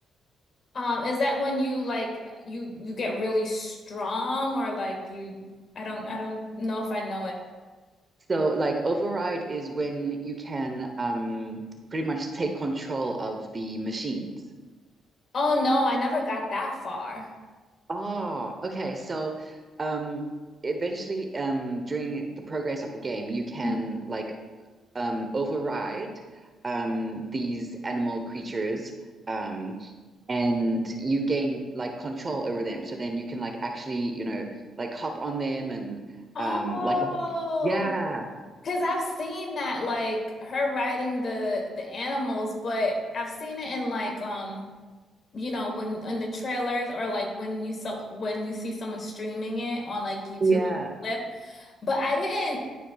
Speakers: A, on the left; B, on the right.
A: Um, is that when you like you you get really strong or like you I don't I don't know if I know it.
B: So, like, override is when you can um, pretty much take control of the machines.
A: Oh no, I never got that far.
B: Oh, okay. So, um, eventually, um, during the progress of the game, you can
A: Mhm.
B: like um override um these animal creatures, um, and you gain like control over them. So then you can like actually, you know, like hop on them and
A: Oh.
B: um, like, yeah,
A: Cause I've seen that like her riding the the animals, but I've seen it in like um you know when in the trailers or like when you saw when you see someone streaming it on like YouTube
B: yeah.
A: clip. But I didn't